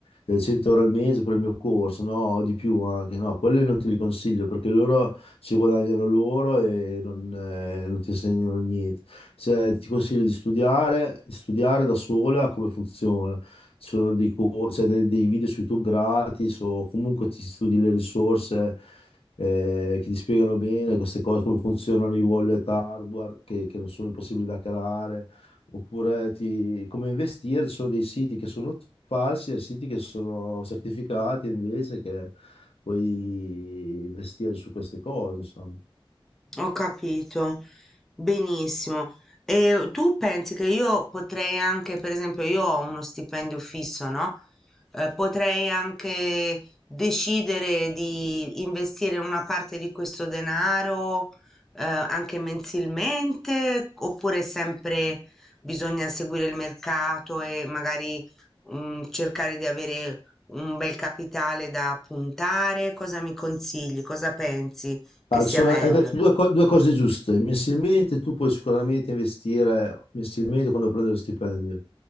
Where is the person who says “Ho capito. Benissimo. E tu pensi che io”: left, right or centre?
Centre